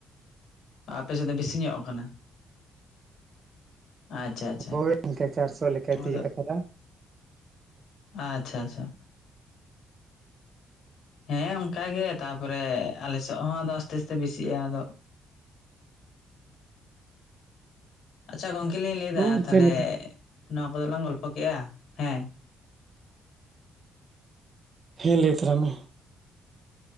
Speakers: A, on the left; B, on the right.
A: ᱟᱯᱮ ᱥᱮᱫ ᱫᱚ ᱵᱮᱥᱤ ᱧᱚᱜ ᱟᱠᱟᱱᱟ? ᱟᱪᱪᱷᱟ ᱟᱪᱪᱷᱟ
B: ᱦᱚᱭ ᱤᱱᱠᱟ ᱪᱟᱨᱥᱚᱠᱟᱭ ᱛᱤᱭᱳᱜ
A: ᱟᱫᱚ
B: ᱟᱠᱟᱫᱟ
A: ᱟᱪᱪᱷᱟ ᱟᱪᱪᱷᱟ ᱦᱮᱸ ᱚᱱᱠᱟᱜᱮ ᱛᱟᱨᱯᱚᱨᱮ ᱟᱞᱮ ᱥᱮᱫ ᱦᱚᱸ ᱟᱫᱚ ᱟᱥᱛᱮ ᱟᱥᱛᱮ ᱵᱮᱥᱤᱜᱼᱟ᱾ ᱟᱫᱚ ᱟᱪᱪᱷᱟ ᱜᱚᱝᱠᱮ ᱮᱠ ᱞᱤᱧ ᱞᱟᱹᱭ ᱮᱫᱟ
B: ᱦᱳᱭ ᱮᱱᱛᱮ
A: ᱛᱟᱦᱚᱞᱮ
B: ᱱᱤᱛ
A: ᱱᱚᱣᱟ ᱠᱚᱫᱚ ᱞᱟᱝ ᱜᱚᱞᱯᱚ ᱠᱮᱜᱼᱟ᱾ ᱦᱮᱸ
B: ᱦᱮᱸ ᱞᱟᱹᱭ ᱛᱚᱨᱟᱭ ᱢᱮ